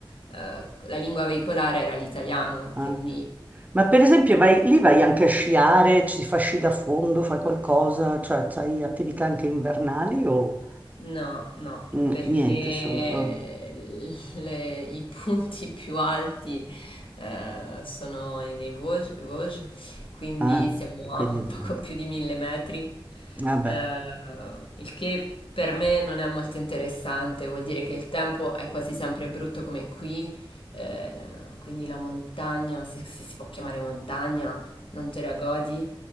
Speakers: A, on the left; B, on the right.
A: eh, la lingua veicolare era l'italiano,
B: no.
A: quindi
B: Ma per esempio vai, lì vai anche a sciare, ci fa sci da fondo, fai qualcosa, cioè hai attività anche invernali o
A: No, no,
B: mm,
A: perché
B: niente solo... ah,
A: le- i punti <laughs> più alti eh, sono nei Vosges, Vosges, quindi
B: ah,
A: siamo
B: e quindi
A: a <laughs>
B: deve
A: poco
B: andare.
A: più di mille metri,
B: Vabbè.
A: eh, il che per me non è molto interessante, vuol dire che il tempo è quasi sempre brutto come qui, eh, quindi la montagna, se, se si può chiamare montagna, non te la godi,